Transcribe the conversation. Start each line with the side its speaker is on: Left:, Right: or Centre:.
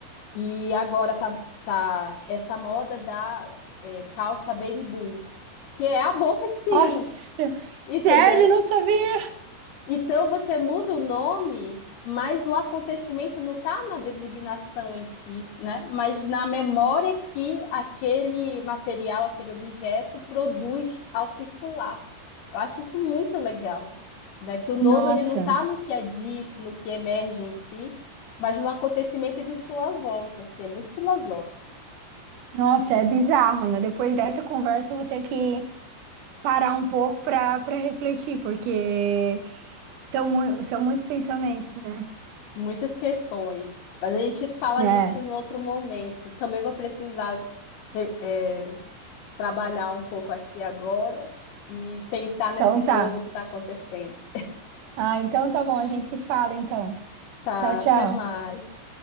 Left: e agora tá, tá essa moda da é, calça baby boot, que é a boca de sino,
Right: Nossa,
Left: entendeu?
Right: sério, não sabia.
Left: Então você muda o nome, mas o acontecimento não está na designação em si, né? Mas na memória que aquele material, aquele objeto produz ao circular. Eu acho isso muito legal, né? Que o novo
Right: Nossa,
Left: ele não está no que é dito, no que emerge em si, mas no acontecimento de sua volta. Assim, é muito filosófico,
Right: nossa, é bizarro, né? Depois dessa conversa eu vou ter que parar um pouco para para refletir, porque são, mui- são muitos pensamentos, né?
Left: muitas questões. Mas a gente fala
Right: É,
Left: isso em outro momento. Também vou precisar eh, eh, trabalhar um pouco aqui e agora e pensar nesse
Right: então
Left: novo
Right: tá.
Left: que está acontecendo.
Right: Ah, então tá bom, a gente se fala então.
Left: Tá,
Right: Tchau,
Left: até
Right: tchau.
Left: mais.